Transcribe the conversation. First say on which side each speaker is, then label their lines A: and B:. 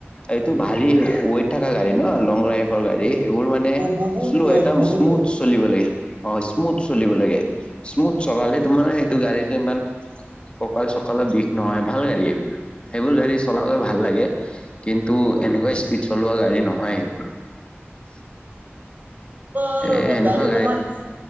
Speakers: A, on the left (about 25°); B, on the right (about 40°).
A: এইটো ভাৰী ৱেইট থকা গাড়ী ন'? লং ড্ৰাইভৰ গাড়ী। সেইবোৰ মানে
B: বহুত
A: শ্ল'
B: ৱেট
A: একদম
B: বহুত
A: স্মুথ
B: ৱেট
A: চলিব লাগে। অ' স্মুথ চলিব লাগে। স্মুথ চলালে তোমাৰ সেইটো গাড়ীটো ইমান ককাল-চকালৰ বিষ নহয়। ভাল গাড়ী এইবোৰ। সেইবোৰ গাড়ী চলাবৈ ভাল লাগে। কিন্তু এনেকুৱা স্পীড চলোৱা গাড়ী নহয় সেইবোৰ। <unintelligible>
B: ধৰ
A: এ
B: আৰু
A: সেনেকুৱা
B: গাড়ী তোমাৰ